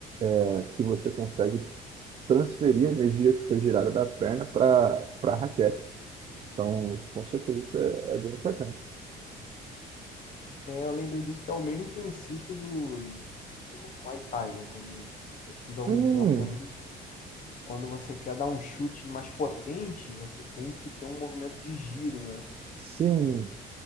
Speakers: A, on the right (about 35°); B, on the left (about 50°).
A: é, que você consegue transferir a energia que foi gerada da perna para para a raquete. Então, com certeza isso é, é bem importante.
B: É, eu lembrei disso que é o mesmo princípio do, do Muay Thai, né? Quando eu fiz algum
A: Hum,
B: tempo também. Quando você quer dar um chute mais potente, você tem que ter um movimento de giro, né?
A: sim.
B: O